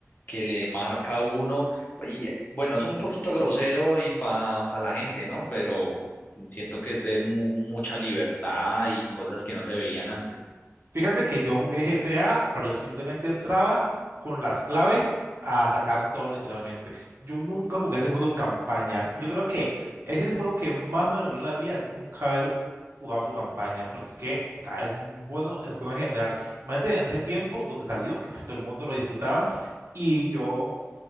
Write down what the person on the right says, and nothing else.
Fíjate que yo jugué GTA, pero yo simplemente entraba con las claves a sacar todo literalmente. Yo nunca jugué ese juego en campaña. Y yo creo que ese es el juego que más me dolió en la vida, nunca haber jugado su campaña, porque es que, o sea, es muy bueno el juego en general. Imagínate en ese tiempo donde salió, que pues todo el mundo lo disfrutaba, y yo